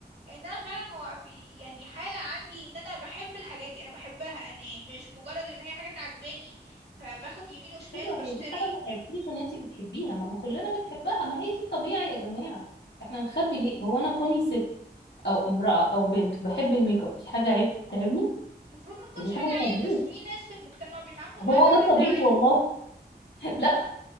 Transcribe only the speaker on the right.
ان انا فعلا هو في يعني حالة عندي ان انا بحب الحاجات دي انا بحبها انا مش مجرد ان هي حاجة عجباني فباخد يمين وشمال
وبشتري
المفروض ما تكونش
حاجة
عيب
بس في ناس في المجتمع بيتعاملوا
معاها على
انها عيب